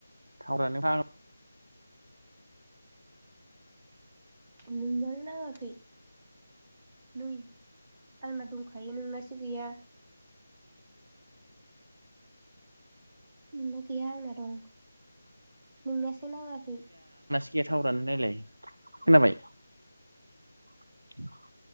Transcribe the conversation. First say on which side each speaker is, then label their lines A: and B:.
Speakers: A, on the right; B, on the right.
A: टावरानो फाग्ला
B: नोंनानो नाङाखै नै आंना दंखायो नोंनासो गैया। नोंना गैया आंना दं नोंनासो नाङाखै।
A: गैयाटावरानो नायलाय खोनाबाय? <inaudible>